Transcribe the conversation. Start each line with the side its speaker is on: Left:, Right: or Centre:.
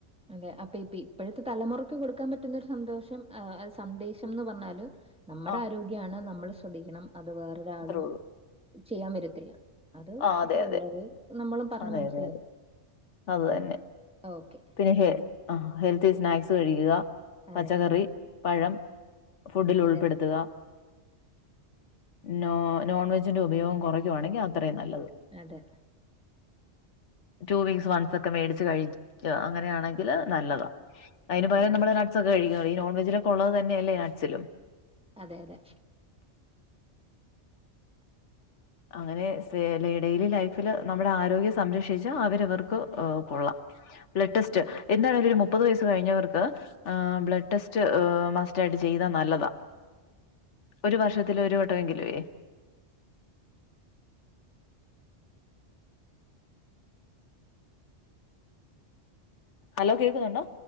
Centre: അതെ അപ്പൊ ഇപ്പ ഇപ്പോഴത്തെ തലമുറക്ക് കൊടുക്കാൻ പറ്റുന്നൊരു സന്തോഷം സന്ദേശം എന്ന് പറഞ്ഞാല്. നമ്മുടെ
Left: ആഹ്
Centre: ആരോഗ്യാണ് നമ്മൾ ശ്രദ്ധിക്കണം. അത് വേറൊരാളും
Left: അത്രേ ഉള്ളൂ.
Centre: ചെയ്യാൻ വരത്തില്ല. അത്
Left: ആഹ്
Centre: അത്രയേ
Left: അതെ അതെ.
Centre: ഉള്ളത് നമ്മളും പറഞ്ഞ്
Left: അതെ
Centre: മനസിലാക്ക
Left: അതെ അതെ. അത് തന്നെ.
Centre: ഓക്കെ.
Left: പിന്നെ ഹെ ഹെൽത്തി സ്നാക്സ് കഴിക്കുക
Centre: അതെ
Left: പച്ചക്കറി, പഴം ഫുഡിലുൾപ്പെടുത്തുക.
Centre: അതെ
Left: നോ നോൺ വെജിന്റെ ഉപയോഗം കുറയ്ക്കുവാണെങ്കിൽ അത്രയും നല്ലത്.
Centre: അതെ
Left: ടു വീക്സ് വൺസ് ഒക്കെ മേടിച്ച് കഴിക്കു അങ്ങനെയാണെങ്കിൽ നല്ലതാണ് അതിന്
Centre: ഓക്കെ
Left: പകരം നമ്മള്. നട്സൊക്കെ കയിക്ക ഈ നോൺ വെജിലൊക്ക ഉള്ളത് തന്നെയല്ലേ നട്സിലും.
Centre: അതെ അതെ
Left: അങ്ങനെ ഡെയിലി ലൈഫില് നമ്മുടെ ആരോഗ്യം സംരക്ഷിച്ചാ അവരവർക്ക് കൊള്ളാം. ബ്ലഡ് ടെസ്റ്റ് എന്താണെങ്കിലും ഒരു മുപ്പത് വയസ്സ് കഴിഞ്ഞവർക്ക്. ആഹ് ബ്ലഡ് ടെസ്റ്റ് മസ്റ്റായിട്ട് ചെയ്താ നല്ലതാ ഒരു വർഷത്തിലൊരു വട്ടമെങ്കിലേ അലോ കേക്കുന്നുണ്ടോ?